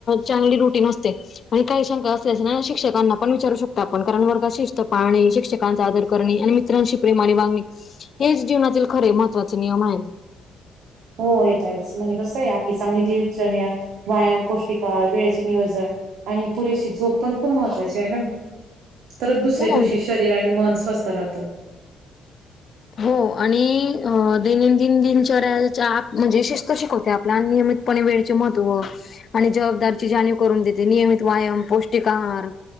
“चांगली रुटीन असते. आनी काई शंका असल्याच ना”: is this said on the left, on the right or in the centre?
Left